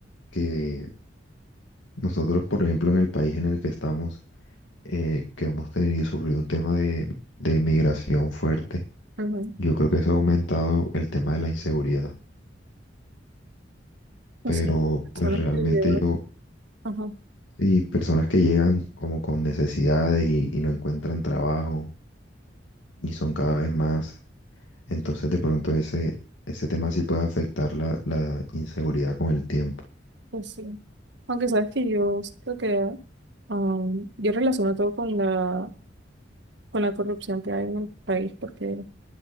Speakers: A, on the left (about 85°); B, on the right (about 65°).
A: que nosotros, por ejemplo, en el país en el que estamos, eh, que hemos tenido y sufrido un tema de, de migración fuerte,
B: Ujú.
A: yo creo que eso ha aumentado el tema de la inseguridad.
B: O
A: Pero
B: sea, personas
A: pues realmente
B: que llevan.
A: yo
B: Ajá,
A: Y personas que llegan como con necesidades y, y no encuentran trabajo y son cada vez más. Entonces de pronto ese, ese tema sí puede afectar la, la inseguridad con el tiempo.
B: pues sí. Aunque sabes que yo creo que am, yo relaciono todo con la, con la corrupción que hay en el país, porque,